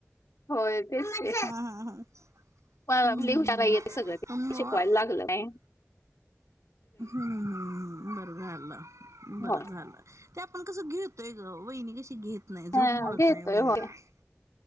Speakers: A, on the left (about 85°); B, on the right (about 85°).
A: होय, तेच की.
B: हा हा हा हम्म
A: मला ना लिहवता
B: हम्म
A: नाहीय ते सगळं
B: हम्म
A: शिकवा
B: मग
A: ते लागलं नाय.
B: हम्म, हम्म, हम्म. बरं झालं, बरं
A: हो
B: झालं. ते आपण कसं घेतोय ग. वहिनी कशी घेत नाही, झोप
A: हा,
B: मोडत
A: घेतोय
B: नाही वहिनी.
A: होय